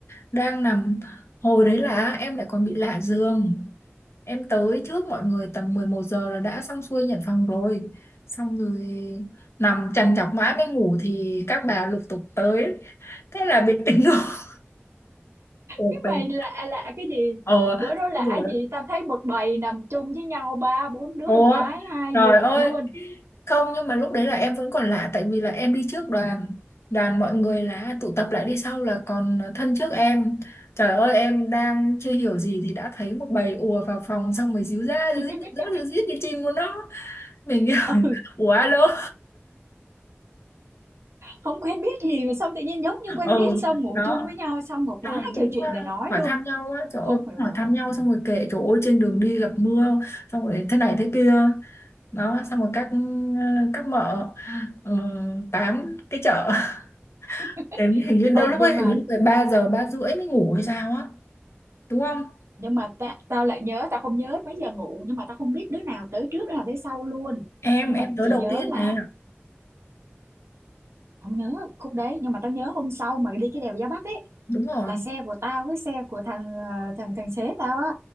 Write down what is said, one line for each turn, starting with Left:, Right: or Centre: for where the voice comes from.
Left: đang nằm hồi đấy là em lại còn bị lạ giường em tới trước mọi người tầm 11 giờ là đã xong xuôi nhận phòng rồi xong rồi nằm trằn trọc mãi mới ngủ thì các bà lục tục tới thế là bị tỉnh <laughs> Ồ,
Right: cái
Left: mình
Right: mày lạ lạ cái gì
Left: ờ
Right: bữa đó lạ
Left: xong rồi
Right: gì tao thấy một bầy nằm chung với nhau ba bốn đứa
Left: ủa
Right: con gái hai
Left: trời
Right: giường
Left: ơi
Right: luôn
Left: không nhưng mà lúc đấy là em vẫn còn lạ tại vì là em đi trước đoàn đoàn mọi người là tụ tập lại đi sau là còn thân trước em trời ơi em đang chưa hiểu gì thì đã thấy một bầy ùa vào phòng xong rồi díu ra díu
Right: <laughs>
Left: dít díu ra díu dít như chim của nó mình kiểu
Right: ừ
Left: <laughs> ủa alo
Right: không quen biết gì mà xong tự nhiên giống như quen
Left: ừ
Right: biết xong ngủ
Left: đó
Right: chung với nhau xong một quá
Left: xong rồi
Right: trời
Left: cũng
Right: chuyện
Left: ờ,
Right: để nói
Left: hỏi
Right: luôn
Left: thăm nhau á trời
Right: không
Left: ơi cũng
Right: hiểu nổi
Left: hỏi thăm nhau
Right: ừ.
Left: xong rồi kể trời ơi trên đường đi gặp mưa xong rồi thế này thế kia đó xong rồi các ờ, các mợ ờ, tám cái chợ <laughs>
Right: <laughs>
Left: đến hình như đâu
Right: không
Left: lúc
Right: nhưng
Left: ấy
Right: mà
Left: hình như 13 giờ ba rưỡi mới ngủ hay sao á đúng không
Right: nhưng mà ta, tao lại nhớ tao không nhớ mấy giờ ngủ nhưng mà tao không biết đứa nào tới trước đứa nào tới sau luôn
Left: em
Right: nhưng
Left: em
Right: mà
Left: tới
Right: chỉ
Left: đầu
Right: nhớ
Left: tiên
Right: là
Left: nè
Right: không nhớ khúc đấy nhưng mà tao nhớ hôm sau mà đi cái đèo Gia Bắc ấy
Left: đúng rồi
Right: là xe của tao với xe của thằng ờ, thằng thằng xế tao á